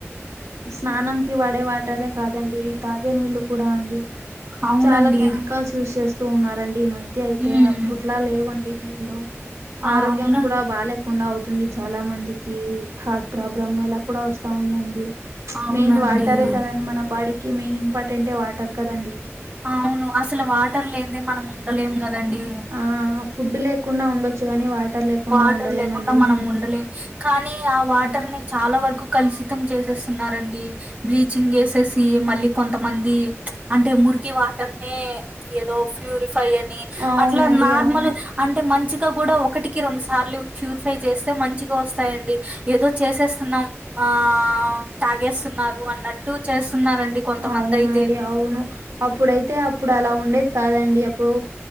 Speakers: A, on the right (about 80°); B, on the right (about 30°).
A: స్నానం కి వడే వాటరే కాదండి తాగే నీళ్ళు కూడా అండి
B: అవునండి
A: చాలా కెమికల్స్ యూజ్ చేస్తూ ఉన్నారండి ఈ మధ్య అయితే
B: ఉమ్
A: అప్పుట్లా లేవండి నీళ్లు
B: ఆ
A: ఆరోగ్యం
B: అవున
A: కూడా బాలే కుండా అవుతుంది చాలా మందికి హార్ట్ ప్రాబ్లం ఇలా కూడా వస్తా ఉందండి
B: అవునండి
A: మెయిన్ వాటరే కదండి మన బాడీకి మెయిన్ ఇంపార్టెంటే వాటర్ కదండి
B: అవును అసలు వాటర్ లేనిదే మనం ఉండలేం కదండి
A: ఆ ఫుడ్ లేకుండా ఉండొచ్చు గాని వాటర్ లేకుండా
B: వాటర్
A: ఉండలేమండి
B: లేకుండా మనం ఉండలేం కానీ ఆ వాటర్ ని చాలా వరకు కలుషితం చేసేస్తున్నారండి బ్లీచింగ్ వేసేసి మళ్ళీ కొంతమంది అంటే మురికి ఈ వాటర్ ని ఏదో ప్యూరిఫై అని
A: అవునండి
B: అట్లా నార్మల్
A: అవును
B: అంటే మంచిగా కూడా ఒకటికి రెండు సార్లు ప్యూరిఫై చేస్తే మంచిగా వస్తాయండి ఏదో చేసేస్తున్నాం ఆ తాగేస్తున్నారు అన్నట్టు చేస్తున్నారండి కొంతమంది
A: అవునండి
B: అయితే
A: అవును అప్పుడైతే అప్పుడు అలా ఉండేది కాదండి అప్పుడు